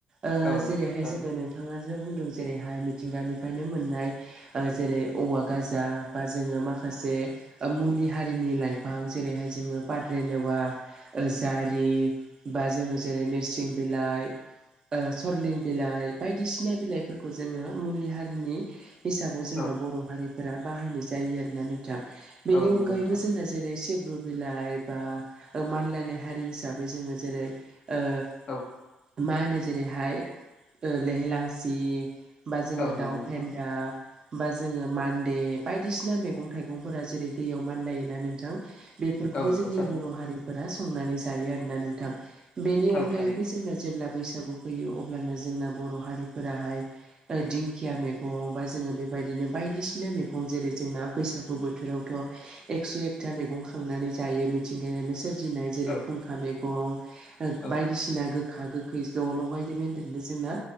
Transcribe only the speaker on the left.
औ नंगौ
थारैनो
औ
औ नंगौ
नोंथां
औ
औ नंगौ
नोंथां
औ नंगौ
थारैनो
औ थारैनो
औ
औ